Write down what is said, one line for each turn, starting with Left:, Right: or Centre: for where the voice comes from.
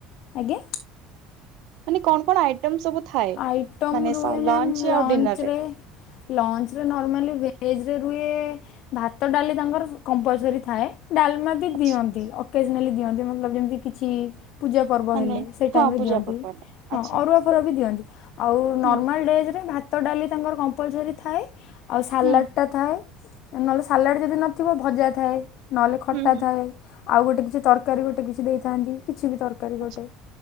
Left: ଆଜ୍ଞା
Right: ମାନେ କଣ କଣ ଆଇଟମ୍ ସବୁ ଥାଏ?
Left: ଆଇଟମ୍
Right: ମାନେ
Left: ରୁହେ
Right: ସ
Left: ମ୍ୟାମ୍
Right: ଲଞ୍ଚ୍
Left: ଲଞ୍ଚ୍
Right: ଆଉ ଡିନର୍
Left: ରେ, ଲଞ୍ଚ୍ ରେ ନର୍ମାଲି ଭେଜ୍। ରୁ ଭାତ ଡାଲି ତାଙ୍କର କମ୍ପଲସର ଥାଏ ଡାଲମା ବି
Right: ଆଚ୍ଛା
Left: ଦିଅନ୍ତି କେଜ୍ ମେଲି ଦିଅନ୍ତି ମୋଲବ୍ ଯେମତି କିଛି ପୂଜା ପର୍ବ
Right: ମାନେ
Left: ହେଲେ ସେଇ
Right: ହଁ
Left: ଟାଇମ୍ ରେ
Right: ପୂଜା
Left: ଦିଅନ୍ତି।
Right: ପର୍ବ ହେଲା। ଆଚ୍ଛା
Left: ହଁ ଅରୁଆ ଫରୁଆ ବି ଦିଅନ୍ତି। ଆଉ ନର୍ମାଲ୍
Right: ହୁଁ,
Left: ଡେଜ୍ ରେ ଭାତ ଡାଲି ତାଙ୍କର କମ୍ପଲସରି ଥାଏ। ଆଉ ସାଲାଡ଼ଟା
Right: ହୁଁ,
Left: ଥାଏ। ନହେଲେ ସାଲାଡ ଯଦି ନଥିବ ଭଜା ଥାଏ। ନହେଲେ ଖଟା
Right: ହୁଁ, ହୁଁ,
Left: ଥାଏ। ଆଉ ଗୋଟେ କିଛି ତରକାରୀ ଗୋଟେ କିଛି ଦେଇଥାନ୍ତି। କି ଛି ବି ତରକାରୀ
Right: ଆଚ୍ଛା,
Left: ଗୋଟେ।